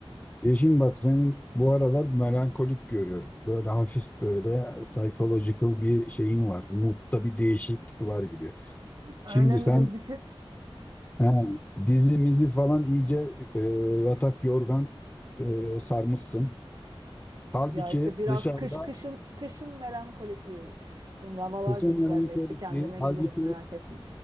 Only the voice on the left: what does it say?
Yeşim bak senin bu aralar melankolik görüyorum. Böyle hafif böyle psychological bir şeyin var. Mood'da bir değişiklik var gibi.
Şimdi
sen
ha, dizimizi falan iyice e, yatak yorgan e, sarmışsın. Halbuki
dışarıda
kesin
melankolik
değil. Halbuki